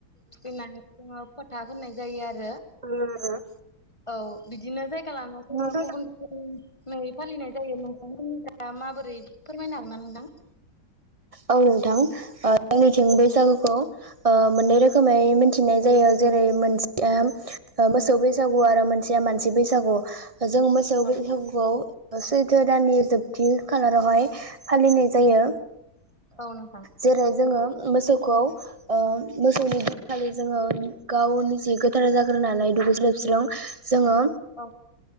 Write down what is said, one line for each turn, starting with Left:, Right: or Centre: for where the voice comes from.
Left: थुखैनानै जोङो फोथा होनाय जायो आरो।
Right: <inaudible>
Left: औ बिदिनो जायगा लाना जायबा
Right: नोंथां
Left: गुबुन गुबुन नै फालिनाय जायो नोंथांमोननि दा माबोरै फोरमायनो आरोना नोंथां।
Right: औ नोंथां आंनिथिं बैसागुखौ मोननै रोखोमै मिथिनाय जायो जेरै मोनसेया मोसौ बैसागु आरो मोनसेया मानसि बैसागु जों मो मोसौ
Left: औ
Right: बैसखौ सैथो दाननि जोबथि खालारावहाय फालिनाय जायो।
Left: औ औ नोंथां
Right: जेरै जोङो मोसौखौ मोसौनि दिनखालि जोङो गावनि जिे गोथारै जाग्रोनानै दुगैजोबस्रां जोङो
Left: औ